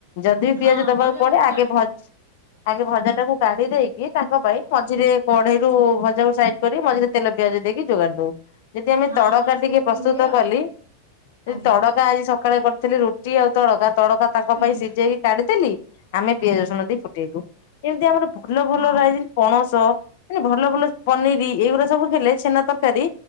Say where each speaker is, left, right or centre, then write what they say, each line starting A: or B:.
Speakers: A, on the left; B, on the left.
A: ଯଦି ବି
B: ହଁ
A: ପିଆଜ ଦବାକୁ
B: ଭଜା
A: ପଡେ
B: ଭଜି ଚଳିବ
A: ଆଗେ ଭଜା ଆଗେ ଭଜା ଟାକୁ କାଢି ଦେଇକି ତାଙ୍କ ପାଇଁ ମଝିରେ
B: ଆଜ୍ଞା
A: କଢେଇରୁ ଭଜା ସାଇଡ କରି ମଝିରେ ତେଲ ପିଆଜ ଦେଇକି ଯୋଗା ଦଉ। ଯଦି ଆମେ
B: ହଁ
A: ତଡକା
B: ହଁ ସେମିତି
A: ଟିକେ ପ୍ରସ୍ତୁତ
B: ହୁଏ ଆଉ
A: କଲି
B: ଆଜ୍ଞା
A: ତଡକା ଆଜି ସକାଳେ କରିଥିଲି ରୁଟି ଆଉ ତଡକା ତଡକା ତାଙ୍କ
B: ଆଜ୍ଞା
A: ପାଇଁ ସିଝେଇକି କାଢିଦେଲି। ଆମେ ପିଆଜ
B: ଆଜ୍ଞା
A: ରସୁଣ ଦେଇ ଫୁଟେଇବୁ। ଏମିତି ଆମର ଭଲ ଭଲତି
B: ହଁ
A: ପଣସ ମାନେ ଭଲ ଭଲ ପନିର ଏଇଗୁଡା ସବୁ ହେଲେ ଛେନା ତରକାରୀ